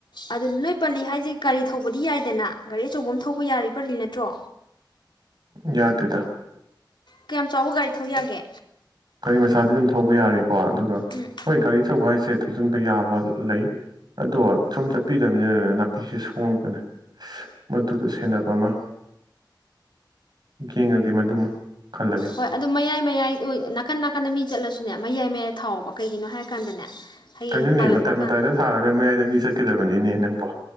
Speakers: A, on the left; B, on the right.
A: ꯑꯗꯨ ꯅꯣꯏ ꯄꯜꯂꯤ ꯍꯥꯏꯁꯦ ꯒꯥꯔꯤ ꯊꯧꯕꯗꯤ ꯌꯥꯏꯗꯅ ꯒꯥꯔꯤ ꯑꯆꯧꯕ ꯑꯃ ꯊꯧꯕ ꯌꯥꯔꯤ ꯄꯜꯂꯤ ꯅꯠꯇ꯭ꯔꯣ
B: ꯌꯥꯗꯗ
A: ꯀꯌꯥꯝ ꯆꯥꯎꯕ ꯒꯥꯔꯤ ꯊꯧ ꯌꯥꯒꯦ
B: ꯀꯔꯤ ꯃꯆꯥꯗꯤ ꯑꯗꯨꯝ ꯊꯧꯕ ꯌꯥꯔꯦꯣ ꯀꯣ ꯑꯗꯨꯒ
A: ꯎꯝ
B: ꯍꯣꯏ ꯒꯥꯔꯤꯆꯧꯕ ꯍꯥꯏꯁꯦ ꯊꯖꯤꯤꯟꯕ ꯌꯥꯕ ꯂꯩ ꯑꯗꯣ ꯁꯨꯝ ꯆꯠꯄꯤꯗꯕꯅꯤꯅꯅꯦ ꯅꯥꯄꯤꯁꯦ ꯁꯣꯡꯉꯒꯅꯦ ꯃ ꯑꯗꯨ ꯁꯦꯟꯅꯕ ꯑꯃ ꯌꯦꯡꯉꯒꯦ ꯃꯗꯨꯃ ꯈꯜꯂꯒꯦ
A: ꯍꯣꯏ ꯑꯗꯨ ꯃꯌꯥꯏ ꯃꯌꯥꯏ ꯑꯣꯏ ꯅꯥꯀꯟ ꯅꯥꯀꯟꯗ ꯃꯤ ꯆꯠꯂꯁꯨꯅꯦ ꯃꯌꯥꯏ ꯃꯌꯥꯏ ꯊꯥꯎꯕ ꯀꯩꯒꯤꯅꯣ ꯍꯥꯏꯔ ꯀꯥꯟꯗꯅꯦ ꯍꯌꯦꯡ
B: ꯀꯩꯅꯣꯅꯦ
A: ꯄꯥꯜꯂꯛꯄ
B: ꯃꯇꯥꯏ
A: ꯀꯥꯟꯗ
B: ꯃꯇꯥꯏꯗ ꯊꯥꯔꯒ ꯃꯌꯥꯏꯗ ꯃꯤ ꯆꯠꯀꯗꯕꯅꯤꯅꯦ ꯅꯪꯕꯣ